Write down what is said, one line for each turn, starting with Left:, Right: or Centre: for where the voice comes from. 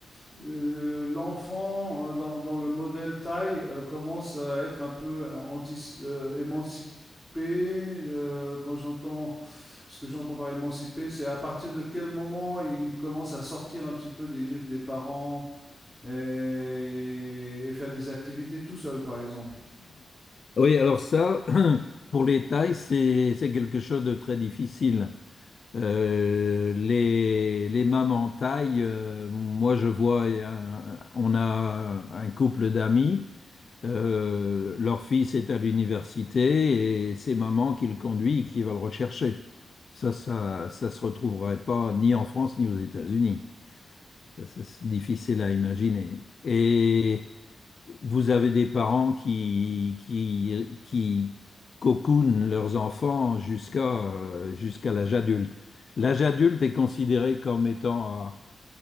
Centre: euh, l'enfant, euh, dans, dans le modèle taille euh, commence à être un peu euh, antici- euh, émancipé? euh, quand j'entends ce que j'entends par émancipé, c'est à partir de quel moment il commence à sortir un petit peu des griffes des parents et, et faire des activités tout seul, par exemple.
Left: Oui, alors ça, <clears throat> pour les tailles, c'est, c'est quelque chose de très difficile. Euh, les, les mamans taille, euh, moi, je vois, euh, on a un couple d'amis. Euh, leur fils est à l'université et c'est maman qui le conduit et qui va le rechercher. Ça, ça, ça se retrouverait pas ni en France ni aux États-Unis. Ça, C'est difficile à imaginer. Et vous avez des parents qui, qui, qui cocoonent leurs enfants jusqu'à euh, jusqu'à l'âge adulte. L'âge adulte est considéré comme étant